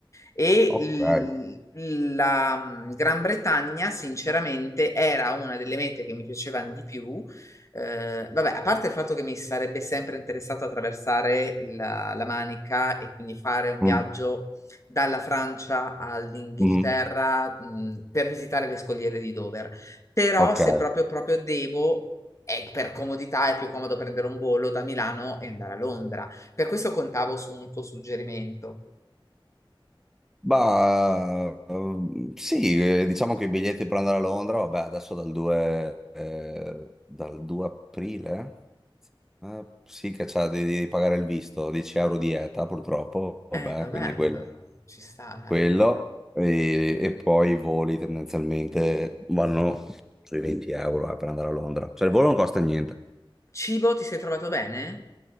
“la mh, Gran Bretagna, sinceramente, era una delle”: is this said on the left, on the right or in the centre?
Left